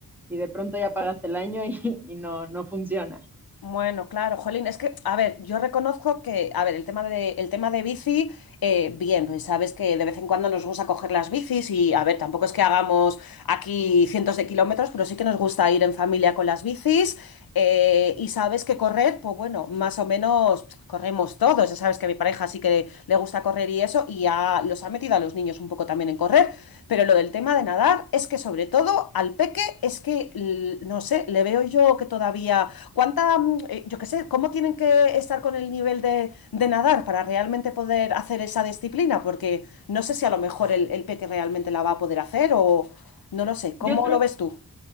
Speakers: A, in the centre; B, on the left.
A: y de pronto ya pagaste el año y, <laughs> y no, no funciona.
B: Bueno, claro, Jolín, es que, a ver, yo reconozco que, a ver, el tema de, el tema de bici, eh, bien, pues sabes que de vez en cuando nos gusta coger las bicis y, a ver, tampoco es que hagamos aquí cientos de kilómetros, pero sí que nos gusta ir en familia con las bicis eh, y sabes que correr, pues bueno, más o menos corremos todos, ya sabes que a mi pareja sí que le gusta correr y eso y ya los ha metido a los niños un poco también en correr, pero lo del tema de nadar es que sobre todo al peque es que, l- no sé, le veo yo que todavía ¿Cuánta, mm, eh, yo qué sé, cómo tienen que estar con el nivel de, de nadar para realmente poder hacer esa disciplina? Porque no sé si a lo mejor el, el Peti realmente la va a poder hacer o no lo sé. ¿Cómo
A: Yo creo,
B: lo ves tú?